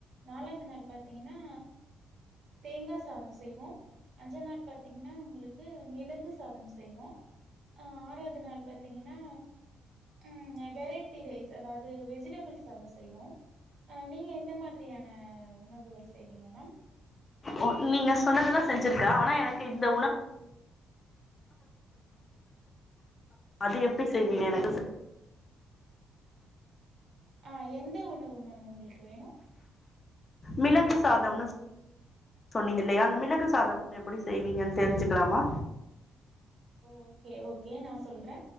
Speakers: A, on the right; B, on the left.
A: நாலாது நாள் பாத்தீங்கனா தேங்கா சாதோ செய்வோ அஞ்சா நாள் பாத்தீங்கனா உங்குளுக்கு மிளகு சாதம் செய்வோ அ ஆறாவ்து நாள் பாத்தீங்கனா ம் வெரைட்டி ரைஸ் அதாவ்து வெஜிடபிள்ஸ் சாதோ செய்வோ அ நீங்க எந்த மா திரியான உணவுகள் செய்வீங்க மேம்
B: ஒ நீங்க சொன்னதெல்லா செஞ்சிருக்க ஆனா எனக்கு இந்த உண அது எப்டி செய்வீங்க எனக்கு
A: ஆ எந்த உணவு மேம் உங்களுக்கு வேணு
B: மிளகு சாதம்னு சொன்னீங்க இல்லயா அந்த மிளகு சாதம் எப்படி செய்வீங்கன் தெரிஞ்சுக்லாமா
A: ஓகே ஓகே நா சொல்றே